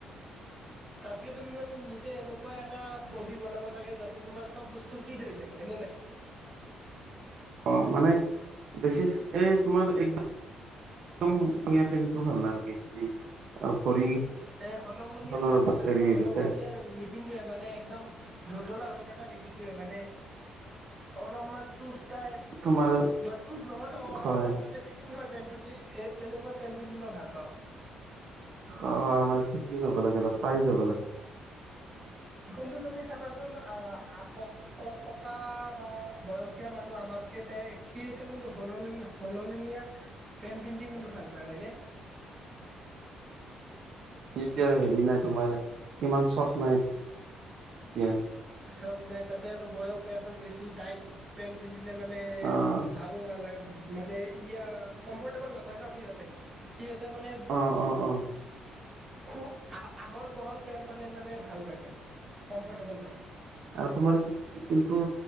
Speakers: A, on the right (about 20°); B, on the right (about 60°).
A: তাতকে তুমি মানে নিজে এনেকুৱা এটা বডি বনাব লাগে যাতে তোমাৰ চব বস্তু ফিট হৈ যায় হয়নে নাই।
B: অ মানে বেছি এই তোমাৰ একদম একদম হলংহলীয়া পেণ্টোও ভাল নালাগে অ ভৰি
A: এই হলং লঙিয়া
B: খনৰ
A: ভাল নেলাগে
B: হেৰি
A: মই
B: হৈ
A: হলং
B: থাকে
A: হলিয়া নিপিন্ধোৱে মানে একদম ঢলতলা হৈ থকা থকা নিপিন্ধোয়ে মানে অলপ চুইচ টাইপ
B: তোমাৰ
A: বা চুইছ নহ'লেও অলপমান
B: হয়
A: যাতে ফিট ফিটিং হয় পেণ্টোতে এই তেনেকুৱা পেণ্ট পিন্ধি মই ভালপাওঁ।
B: অ' মানে ফিটিং হ'ব লাগে অলপ পাই যাব লাগে
A: কিন্তু তুমি চবাচোন ক ক ককা বা বয়সীয়া মানুহ আমাতকে সিত কিন্তু হ'ল হলিয়া হলহলঙীয়া পেন পিন্টি কিন্তু ভাল পায় হয়নে?
B: এতিয়া হেৰি নাই তোমাৰ ইমান চখ নাই এ।
A: চখ নাই তাতে আৰু বয়স এতিয়া বেছি, টাইট পেণ্ট পিন্ধিলে মানে
B: অ
A: ভাল নালাগে মানে ইয়া কমফৰ্টেবল নাপায় ন সিহঁতে। সিহ'তে মানে
B: অ', অ', অ',
A: খুব আহ আহল বহল পেন্ট পালে মানে ভাল লাগে কমফৰ্টেবল পায়।
B: আৰু তোমাৰ কিন্তু